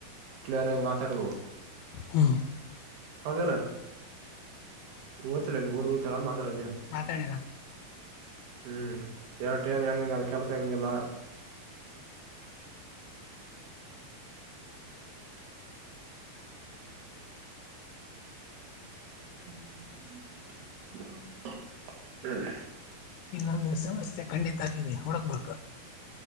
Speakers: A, on the right; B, on the left.
A: ಕ್ಲಿಯರ್ ಆಗಿ ಮಾತಾಡು.
B: ಹ್ಮ್
A: ಹೌದಿಲ್ಲ. ಓಯ್ತಲ್ಲಲ್ಲಿ ಊರ್ ಹೋಯ್ತಲ್ಲ ಮಾತಡಲ್ಲೆ.
B: ಮಾತಾಡಿ
A: ಹ್ಮ್ ಎರಟರ್ ಹೆಂಗಂಗ ಅದ ಕೆಲ್ಸ ಹೆಂಗಿಲ್ಲ. ಹ್ಮ್
B: ಒಂದು ಸಮಸ್ಯೆ ಖಂಡಿತ ಹುಡುಕಬೇಕು.